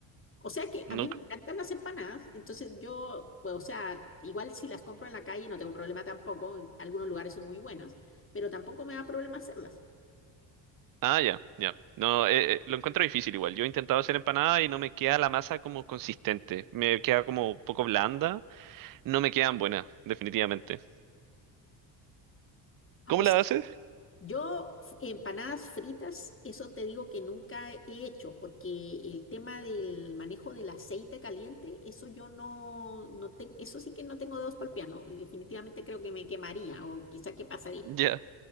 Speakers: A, on the left; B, on the right.
A: O sea que a
B: Nunca.
A: mí me encantan las empanadas, entonces yo, bueno, o sea, igual si las compro en la calle no tengo problema tampoco, en algunos lugares son muy buenas, pero tampoco me da problema hacerlas.
B: Ah, ya, ya. No, eh, eh, lo encuentro difícil igual. Yo he intentado hacer empanada y no me queda la masa como consistente. Me queda como un poco blanda. No me quedan buenas, definitivamente. ¿Cómo
A: O
B: la
A: sea,
B: haces?
A: Yo f- empanadas fritas, eso te digo que nunca he hecho, porque el tema del manejo del aceite caliente, eso yo no, no tengo, eso sí que no tengo dedos para el piano, definitivamente creo que me quemaría o quizá que pasaría.
B: Ya.